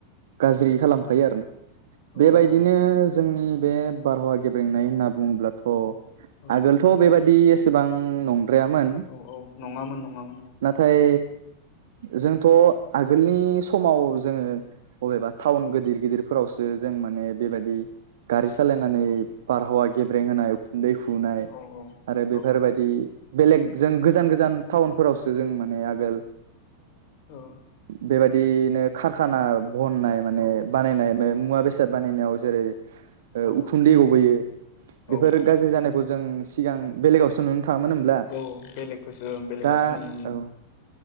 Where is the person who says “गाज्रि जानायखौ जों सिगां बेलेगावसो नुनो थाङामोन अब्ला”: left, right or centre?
Right